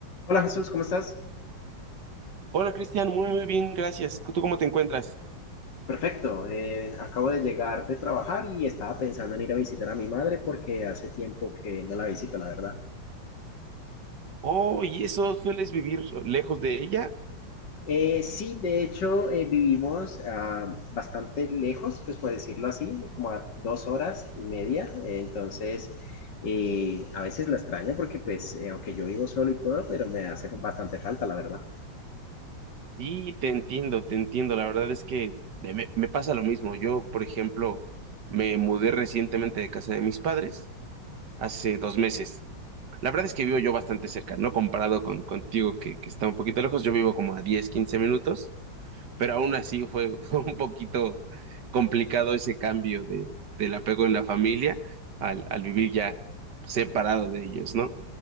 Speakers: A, on the left; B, on the right.
A: Hola Jesús, ¿cómo estás?
B: Hola Cristian, muy muy bien, gracias. ¿Tú cómo te encuentras?
A: Perfecto, eh, acabo de llegar de trabajar y estaba pensando en ir a visitar a mi madre porque hace tiempo que no la visito, la verdad.
B: Oh, ¿y eso sueles vivir lejos de ella?
A: Eh, sí, de hecho, eh, vivimos ah, bastante lejos, pues por decirlo así, como a dos horas y media, eh, entonces eh, a veces la extraño porque pues eh, aunque yo vivo solo y todo, pero me hace bastante falta, la verdad.
B: Sí, te entiendo, te entiendo. La verdad es que de- me, me pasa lo mismo. Yo, por ejemplo, me mudé recientemente de casa de mis padres hace dos meses. La verdad es que vivo yo bastante cerca, ¿no? Comparado con contigo que, que está un poquito lejos, yo vivo como a diez quince minutos. pero aún así fue, <laughs> fue un poquito complicado ese cambio de, del apego en la familia al, al vivir ya separado de ellos, ¿no?